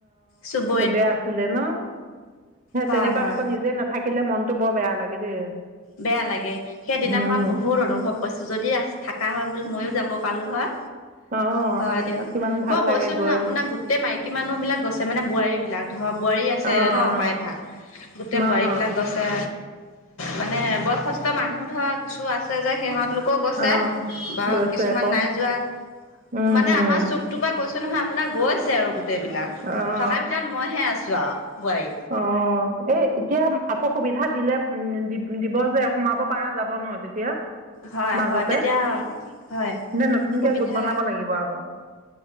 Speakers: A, on the left; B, on the right.
A: চুব
B: বেয়া আছিলে ন? সে
A: হয়
B: তেনেকুৱাত
A: হয়
B: আকৌ নিজে নাথাকিলে মনতটো বৰ বেয়া লাগে দেই,
A: বেয়া লাগে সেইদিনাখন
B: উম।
A: বহুত অনুভৱ কৈছো যদি থাক থকা হয় বুলি ময়ো যাব পালোঁ হয়।
B: অঁ
A: হয় দিয়ক,
B: কিমান ভাল
A: মই
B: লাগে
A: কৈছো নহয়
B: গৈ
A: আপোনাৰ গোটেই মাইকী মানুহ বিলাক গছে মানে বোৱাৰী বিলাক। ধৰ বোৱাৰী আছে
B: অঁ
A: ন
B: অঁ
A: প্ৰায়ভাগ গোটেই
B: অঁ
A: বোৱাৰীবিলাক গছে মানে বয়সস্থ মানুহ ধৰা কিছু আছে যে সিহঁত লোকও গৈছে
B: অঁ
A: বা
B: গৈছে
A: কিছুমান
B: আকৌ
A: নাই যোৱা
B: উম
A: মানে
B: হম
A: আমাৰ চুকটোৰ পৰা কৈছো নহয় আপোনাৰ গৈ আছে আৰু গোটেই এইবিলাক
B: অঁ
A: থকাৰ ভিতৰত মইহে আছো আৰু বোৱাৰী।
B: অ এই এতিয়া আকৌ সুবিধা দিলে উম দিব যে সোমাব পাৰা যাব ন তেতিয়া,
A: হয়
B: মাজতে
A: হয় তেতিয়া হয়।
B: নে নতুনকে
A: সুবিধা
B: গোট বনাব লাগিব আকৌ?